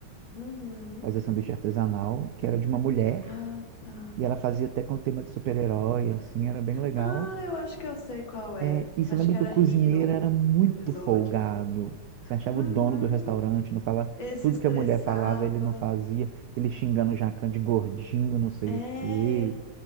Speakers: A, on the left; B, on the right.
A: uhum.
B: fazia sanduíche artesanal, que era de uma mulher,
A: Ah, tá.
B: e ela fazia até com tema de super-herói, assim, era bem legal.
A: Ah, eu acho que eu sei qual é.
B: É, e
A: Acho
B: lembra
A: que
B: que
A: era
B: o cozinheiro
A: Hero
B: era muito
A: o episódio.
B: folgado? Você achava
A: Uhum.
B: o dono do restaurante, não falava,
A: Ele se
B: tudo
A: estressava.
B: que a mulher falava ele não fazia, ele xingando o Jacan de gordinho, não sei
A: É,
B: o quê.